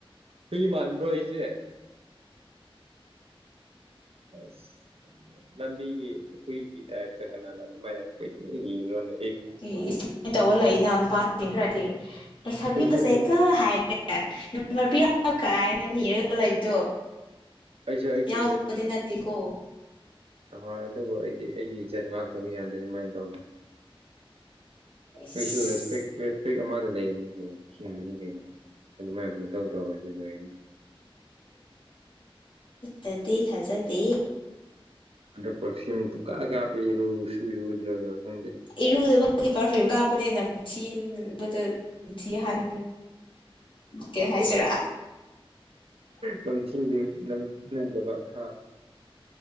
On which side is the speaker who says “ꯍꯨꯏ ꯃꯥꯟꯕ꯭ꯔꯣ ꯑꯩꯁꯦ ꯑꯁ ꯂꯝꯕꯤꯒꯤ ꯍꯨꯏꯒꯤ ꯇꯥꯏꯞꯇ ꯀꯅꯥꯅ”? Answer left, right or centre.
Right